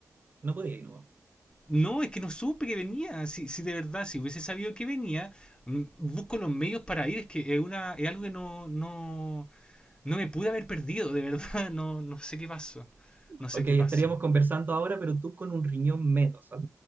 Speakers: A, on the right; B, on the left.
A: No podía ir, no.
B: No, es que no supe que venía. Si, si de verdad, si hubiese sabido que venía, mm, busco los medios para ir. Es que es, una, es algo que no, no, no me pude haber perdido, de verdad. <laughs> No, no sé qué pasó. No sé
A: Ok,
B: qué
A: estaríamos
B: pasó.
A: conversando ahora, pero tú con un riñón menos, al-